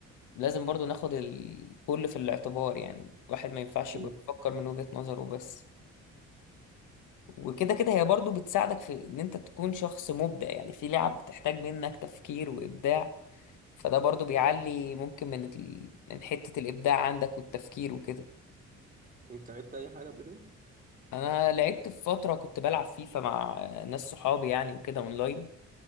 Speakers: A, on the left; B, on the right.
A: لازم برضو ناخد الكل في الاعتبار يعني الواحد ما ينفعش
B: أمم.
A: يبقى بيفكر من وجهة نظره بس وكده كده هي برضو بتساعدك في إن أنت تكون شخص مبدع يعني في لعب بتحتاج منك تفكير وإبداع فده برضو بيعلي ممكن من ال... من حتة الإبداع عندك والتفكير وكده
B: أنت لعبت أي حاجة قبل كده؟
A: انا لعبت في فتره كنت بلعب فيفا مع ناس صحابي يعني وكده اونلاين